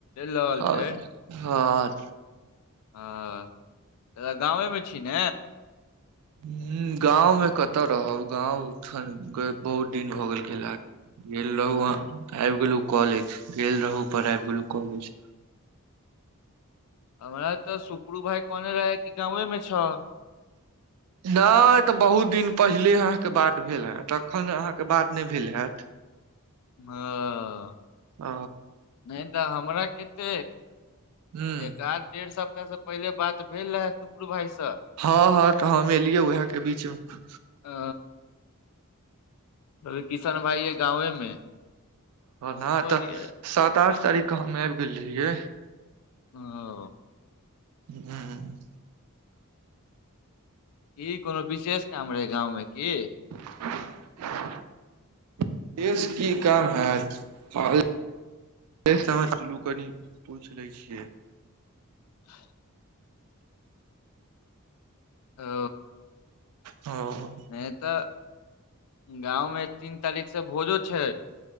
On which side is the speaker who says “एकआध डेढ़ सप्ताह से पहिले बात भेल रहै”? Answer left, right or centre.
Left